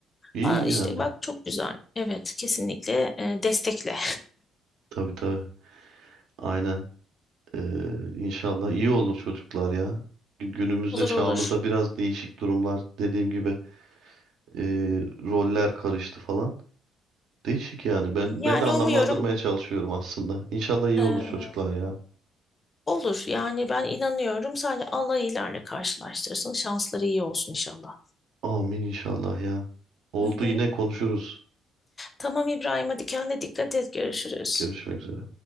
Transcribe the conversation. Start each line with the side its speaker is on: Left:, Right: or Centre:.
Right: İyi
Left: Aa, işte
Right: yani.
Left: bak çok güzel. Evet kesinlikle e, destekle.
Right: Tabii tabii. Aynen. Ee, inşallah iyi olur çocuklar ya. Gün- Günümüzde
Left: <laughs> Olur
Right: çağımızda
Left: olur.
Right: biraz değişik durumlar dediğim gibi. Ee, roller karıştı falan. Değişik yani. Ben
Left: Yani
Right: ben de anlamlandırmaya
Left: umuyorum
Right: çalışıyorum aslında. İnşallah iyi
Left: e,
Right: olur çocuklar ya.
Left: olur. Yani ben inanıyorum. Sadece Allah iyilerle karşılaştırsın. Şansları iyi olsun inşallah.
Right: Amin inşallah ya. Oldu
Left: Hı hı.
Right: yine konuşuruz.
Left: Tamam İbrahim hadi kendine dikkat et görüşürüz.
Right: Görüşmek üzere.